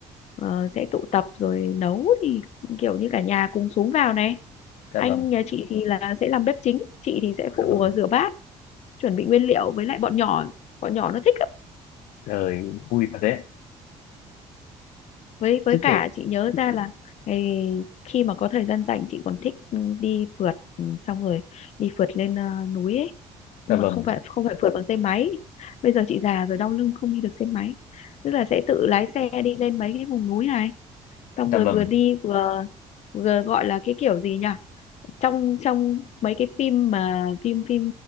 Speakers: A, on the left; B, on the left.
A: ờ, sẽ tụ tập rồi nấu thì kiểu như cả nhà cùng xuống vào này
B: dạ
A: anh
B: vâng
A: nhà chị thì là sẽ làm bếp chính chị thì sẽ
B: dạ
A: phụ
B: vâng
A: ờ, rửa bát chuẩn bị nguyên liệu với lại bọn nhỏ bọn nhỏ nó thích ạ.
B: trời vui thật đấy
A: với với
B: chứ
A: cả
B: kể
A: chị nhớ ra là ngày khi mà có thời gian rảnh chị còn thích ừ, đi phượt ừ, xong rồi đi phượt lên ờ, núi ấy
B: dạ
A: nhưng mà
B: vâng
A: không phải không phải phượt bằng xe máy bây giờ chị già rồi đau lưng không đi được xe máy tức là sẽ tự lái xe đi lên mấy cái vùng núi này xong
B: dạ
A: rồi
B: vâng
A: vừa đi vừa vừa gọi là cái kiểu gì nhỉ trong trong mấy cái phim mà phim phim